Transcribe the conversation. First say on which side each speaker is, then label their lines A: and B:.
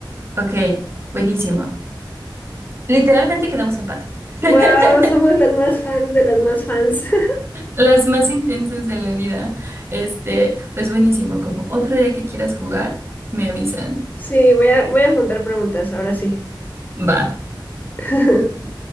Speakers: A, on the right (about 30°); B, on the left (about 20°).
A: Ok, buenísimo. Literalmente quedamos empate.
B: wow,
A: <laughs>
B: somos las más fans de las más fans. <laughs>
A: Las más intensas de la vida. Este, pues buenísimo. Como otro día que quieras jugar, me avisan.
B: Sí, voy a, voy a juntar preguntas, ahora sí.
A: Va.
B: <laughs>